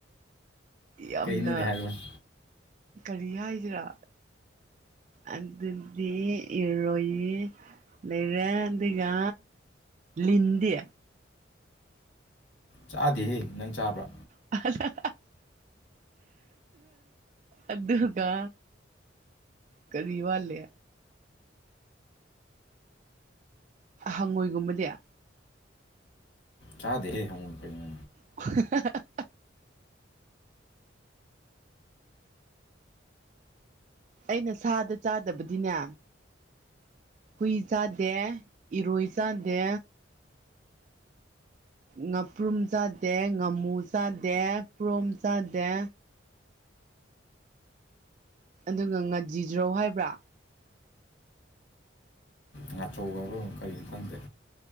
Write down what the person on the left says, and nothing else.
ꯀꯩꯅꯣꯅꯦ ꯍꯥꯏꯔꯣꯅꯦ
ꯆꯥꯗꯦꯍꯦ ꯅꯪ ꯆꯥꯕ꯭ꯔꯥ
ꯆꯥꯗꯦꯍꯦ ꯍꯪꯉꯣꯏ ꯀꯩꯅꯣ
ꯉꯥꯆꯧꯕ ꯍꯥꯏꯕꯔ ꯑꯃ ꯀꯔꯤꯅꯣ ꯈꯪꯗꯦ